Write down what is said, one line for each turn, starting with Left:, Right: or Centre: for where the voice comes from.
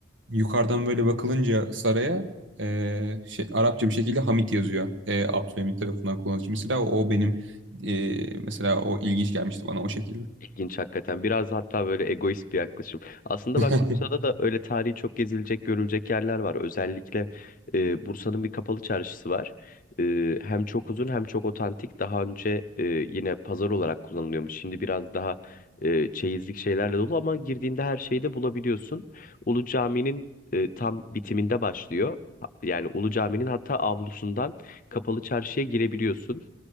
Right: yukarıdan böyle bakılınca saraya e, şey, Arapça bir şekilde Hamit yazıyor. E, Abdülhamit tarafından kullanılmış. Mesela o benim e, mesela o ilginç gelmişti bana o şekilde.
Left: İlginç hakikaten. Biraz hatta böyle egoist bir yaklaşım. Aslında
Right: <laughs>
Left: bak Bursa'da da öyle tarihi çok gezilecek, görülecek yerler var. Özellikle e, Bursa'nın bir kapalı çarşısı var. E, hem çok uzun hem çok otantik. Daha önce e, yine pazar olarak kullanılıyormuş. Şimdi biraz daha e, çeyizlik şeylerle dolu ama girdiğinde her şeyi de bulabiliyorsun. Ulu Cami'nin e, tam bitiminde başlıyor. Ha- Yani Ulu Cami'nin hatta avlusundan kapalı çarşıya girebiliyorsun.